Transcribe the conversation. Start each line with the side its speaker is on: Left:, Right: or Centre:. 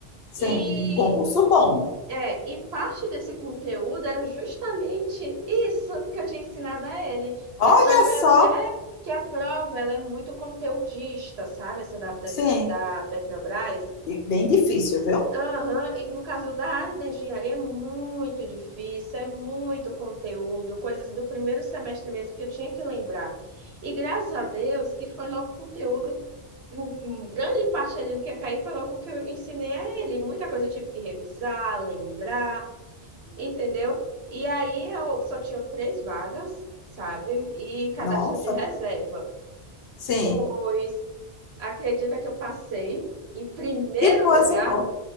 Left: Sim,
Right: e,
Left: um concurso bom.
Right: é, e parte desse conteúdo era justamente isso que eu tinha ensinado a ele,
Left: Olha
Right: que a prova ela
Left: só,
Right: é que a prova ela é muito conteudista, sabe, essa da, Petro-
Left: sim,
Right: da Petrobras.
Left: bem difícil, viu?
Right: Aham, E no caso da área da engenharia é muito difícil, é muito conteúdo, coisas do primeiro semestre mesmo que eu tinha que lembrar. E graças a Deus que foi logo conteúdo, um- um grande parte ali do que ia cair foi logo o que eu ensinei a ele. Muita coisa eu tive que revisar, lembrar, entendeu? E aí eu só tinha três vagas, sabe? E cadastro
Left: Nossa,
Right: de reserva.
Left: sim,
Right: Pois, acredita que eu passei em primeiro
Left: que coisa
Right: lugar?
Left: boa.